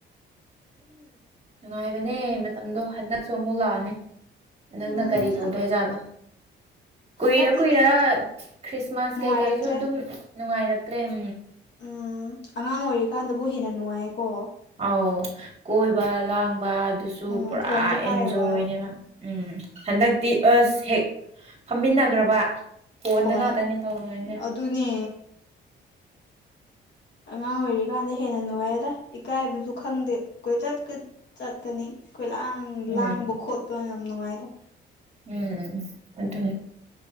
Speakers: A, on the right; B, on the left.
A: ꯅꯨꯡꯉꯥꯏꯕꯅꯦ ꯃꯇꯝꯗꯣ ꯍꯟꯗꯛꯁꯨ ꯑꯃꯨꯛ ꯂꯥꯛꯑꯅꯤ ꯅꯪꯅ
B: ꯎꯝ
A: ꯀꯔꯤ ꯇꯧꯗꯣꯏ ꯖꯥꯠꯂꯣ ꯀꯨꯏꯔ
B: ꯍꯟꯗꯛꯇꯤ
A: ꯀꯨꯏꯔ
B: ꯀꯩꯝ
A: ꯈ꯭ꯔꯤꯁꯃꯥꯁ
B: ꯅꯨꯡꯉꯥꯏꯔꯛꯇ꯭ꯔꯦ
A: ꯀꯩꯀꯩꯁꯨ ꯑꯗꯨꯝ ꯅꯨꯡꯉꯥꯏꯔꯛꯇꯦ ꯀ꯭ꯔꯦꯝ
B: ꯎꯝ ꯑꯉꯥꯡ ꯑꯣꯏꯔꯤꯀꯥꯟꯗꯕꯨ ꯍꯦꯟꯅ ꯅꯨꯡꯉꯥꯏꯀꯣ
A: ꯑꯥꯎ ꯀꯣꯏꯕ ꯂ ꯑꯗꯨꯁꯨ
B: ꯎꯝ
A: ꯄꯨꯔꯥ
B: ꯐꯣꯟꯁꯨ
A: ꯑꯦꯟꯖꯣꯏꯅꯦꯕ
B: ꯄꯥꯏꯔꯣꯏ
A: ꯎꯝ ꯍꯟꯗꯛꯇꯤ ꯑꯁ ꯍꯦꯛ ꯐꯝꯃꯤꯟꯅꯈ꯭ꯔꯕ ꯍꯣꯟꯗ
B: ꯐꯣꯟ
A: ꯉꯥꯛꯇꯅꯤ ꯇꯧꯉꯩꯁꯦ
B: ꯑꯗꯨꯅꯦ ꯑꯉꯥꯡ ꯑꯣꯏꯔꯤꯀꯥꯟꯗ ꯍꯦꯟꯅ ꯅꯨꯡꯉꯥꯏꯌꯦꯗ ꯏꯀꯥꯏꯕꯁꯨ ꯈꯪꯗꯦ ꯑꯩꯈꯣꯏ ꯆꯠꯀꯅꯤ ꯑꯩꯈꯣꯏ ꯂꯥꯡ
A: ꯎꯝ
B: ꯂꯥꯡꯕ ꯈꯣꯠꯄ ꯌꯥꯝ ꯅꯨꯡꯉꯥꯏꯔꯦ
A: ꯎꯝ ꯑꯗꯨ